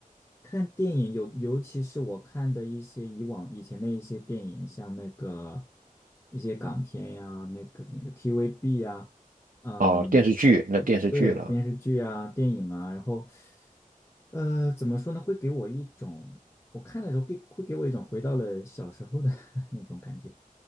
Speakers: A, on the left; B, on the right.
A: 看电影有，尤其是我看的一些以往以前的一些电影，像那个一些港片呀，那个那个 TVB 呀，嗯、
B: 哦，电视剧那电视剧了，
A: 对对，电视剧啊、电影啊，然后呃，怎么说呢？会给我一种，我看的时候给会给我一种回到了小时候的 <laughs> 那种感觉，